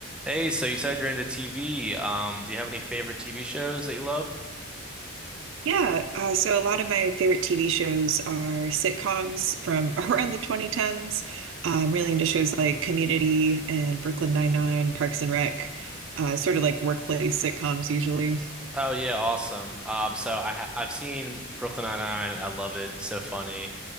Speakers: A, in the centre; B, on the right (about 60°).
A: Hey, so you said you're into TV. Um, do you have any favorite TV shows that you love?
B: Yeah, uh, so a lot of my favorite TV shows are sitcoms from <laughs> around the 2010s. I'm really into shows like Community and Brooklyn Nine-Nine, Parks and Rec, uh, sort of like workplace sitcoms usually.
A: Oh yeah, awesome. Um, so I ha I've seen Brooklyn Nine-Nine. and I love it. So funny.